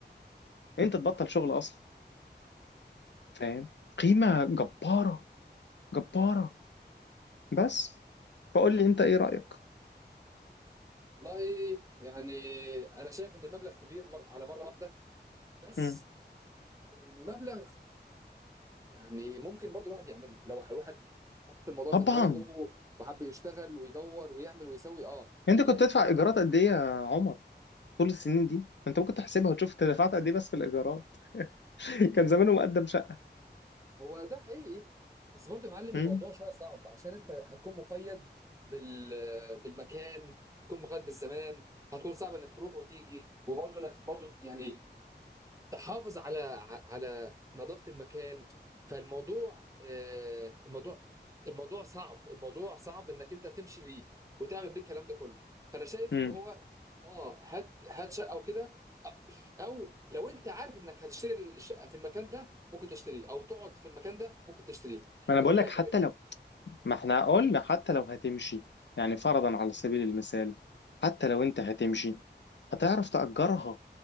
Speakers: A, on the left; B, on the right.
A: انت تبطل شغل اصلا فاهم قيمه جباره جباره بس فقول لي انت ايه رايك
B: والله يعني انا شايف ان المبلغ كبير مر... على مره واحده بس
A: مم.
B: المبلغ يعني ممكن برضو الواحد يعمله لو الواحد حط الموضوع
A: طبعا
B: في دماغه وحب يشتغل ويدور ويعمل ويسوي اه
A: انت
B: هيلاقي
A: كنت تدفع ايجارات قد ايه يا عمر طول السنين دي انت ممكن تحسبها وتشوف انت دفعت قد ايه بس في الايجارات <laughs> كان زمانه مقدم شقه
B: هو ده حقيقي بس برضو يا معلم الموضوع
A: مم.
B: شويه صعب عشان انت هتكون مقيد بال... بالمكان هتكون مقيد بالزمان هتكون صعب انك تروح وتيجي وبرضه انك برضه يعني تحافظ على على نظافة المكان فالموضوع آه، الموضوع الموضوع صعب الموضوع صعب انك انت تمشي بيه وتعمل بيه الكلام ده كله فانا شايف
A: مم.
B: ان هو اه هات هات شقه وكده او لو انت عارف انك هتشتري الشقه في المكان ده ممكن تشتريه او تقعد في المكان ده ممكن تشتريه
A: ما انا
B: انما
A: بقول لك
B: انك
A: حتى
B: انت
A: لو ما احنا قلنا حتى لو هتمشي يعني فرضا على سبيل المثال حتى لو انت هتمشي هتعرف تأجرها